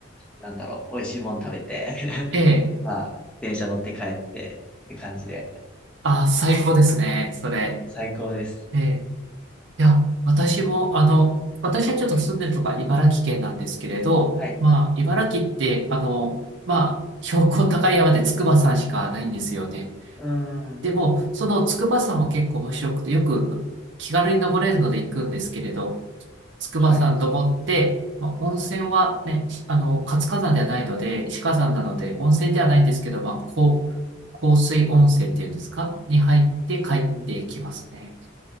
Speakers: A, in the centre; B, on the right (about 60°).
A: なんだろう、美味しいもん食べて、<laughs>
B: ええ、
A: まあ、電車乗って帰ってって感じで、
B: ああ、最高ですね、それ。
A: 最高です。
B: ええいや、私も、あの、私はちょっと住んでるとか茨城県なんですけれど、
A: はい。
B: まあ、茨城って、あの、まあ、標高高い山で筑波山しかないんですよね。
A: うーん。
B: でも、その筑波山も結構面白くて、よく気軽に登れるので行くんですけれど、筑波山登って、
A: はい。
B: まあ、温泉はね、あの、活火山ではないので、死火山なので、温泉ではないんですけど、まあ、こう、香水温泉っていうんですかに入って帰ってきますね。
A: うん。